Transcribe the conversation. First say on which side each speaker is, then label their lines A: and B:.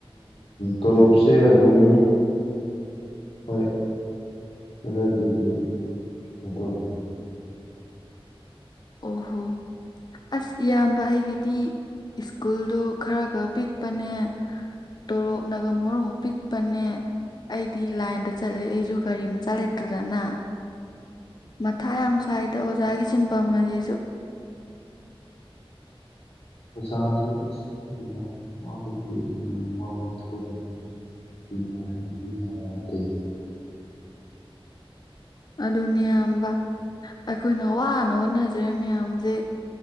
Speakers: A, on the left; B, on the left.
A: ꯇꯣꯂꯣꯞꯁꯦ ꯑꯗꯨꯝ ꯍꯣꯏ ꯈꯔꯗꯤ ꯑꯗꯨꯝ ꯀꯩꯅꯣ ꯇꯧꯔꯤ
B: ꯑꯣꯍꯣ ꯑꯁ ꯏꯌꯥꯝꯕ ꯑꯩꯒꯤꯗꯤ ꯁ꯭ꯀꯨꯜꯗꯣ ꯈꯔꯒ ꯄꯤꯛꯄꯅꯦ ꯇꯣꯂꯣꯞꯅꯒ ꯃꯔꯣꯃꯥ ꯄꯤꯛꯄꯟꯅꯦ ꯑꯩꯗꯤ ꯂꯥꯏꯟꯗ ꯆꯠꯂꯦ ꯑꯩꯁꯨ ꯒꯥꯔꯤ ꯃꯆꯥ ꯂꯩꯇꯗꯅ ꯃꯊꯥ ꯌꯥꯝ ꯁꯥꯏꯗ ꯑꯣꯖꯥꯒꯤ ꯁꯤꯟꯐꯝ ꯑꯁꯤꯁꯨ
A: ꯑꯣꯖꯥꯁꯦ ꯑꯁ ꯈꯪꯗꯦꯒ ꯋꯥꯕꯒꯤꯗꯤ ꯑꯗꯨꯝ ꯌꯥꯝ ꯋꯥꯕ ꯊꯕꯛꯅꯤ ꯅꯨꯡꯉꯥꯏ ꯍꯥꯏꯕꯗꯤ ꯌꯥꯗꯦ
B: ꯑꯗꯨꯅꯤꯌꯥꯝꯕ ꯑꯩꯈꯣꯏꯅ ꯋꯥꯅ ꯍꯣꯠꯅꯖꯔꯦ ꯃꯌꯥꯝꯁꯦ